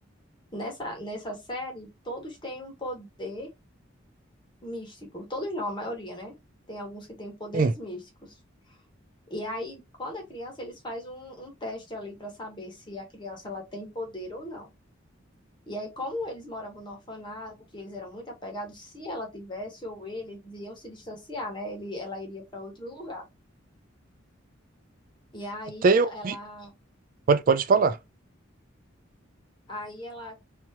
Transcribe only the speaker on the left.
nessa, nessa série, todos têm um poder místico. Todos não, a maioria, né? Tem alguns que têm poderes
místicos. E aí, quando é criança, eles fazem um, um teste ali para saber se a criança ela tem poder ou não. E aí, como eles moravam no orfanato, e eles eram muito apegados, se ela tivesse ou ele, eles iam se distanciar, né? Ele, ela iria para outro lugar. E aí
ela,
aí ela,